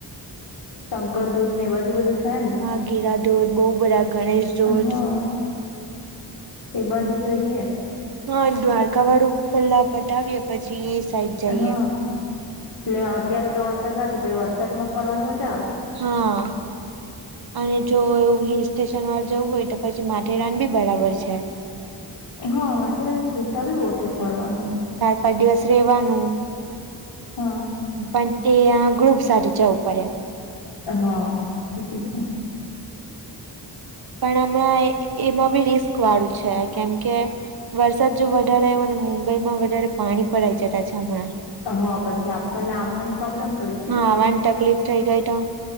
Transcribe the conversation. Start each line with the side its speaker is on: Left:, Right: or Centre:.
Left: શંકર દૂધ ને બજું બધું છે ને
Right: હા ગેરા ધોધ બહુ બરા ગણેશ ધોધ.
Left: હા એ બાજુ જઈએ?
Right: હા દ્વારકા વાળું પેલા પતાવીએ પછી એ સાઈડ જઈએ.
Left: હા એટલે અત્યારે તો વરસાદ નથી <unintelligible> વરસાદ માં ફરવાની મજા આવે.
Right: હા. અને જો એવું હિલ સ્ટેશન વાર જવું હોય તો પછી માથેરાન બી બરાબર છે.
Left: હા માથેરન રીતા ભી બવ છે ફરવાનું.
Right: બે દિવસ રહેવાનું
Left: હા.
Right: પણ તે ગ્રુપ સાથે જવું પડે
Left: હા એ બી છે
Right: પણ હમણાં એમાં બી રિસ્ક વાળું છે કેમકે, વરસાદ જો વધાર આવ્યો અને મુંબઈ માં વધારે પાણી ભરાય જતાછામણાં
Left: હા પછી આપણને આવવાની પ્રોબ્લેમ પડી જાય
Right: હા તકલીફ થય ગઈ તો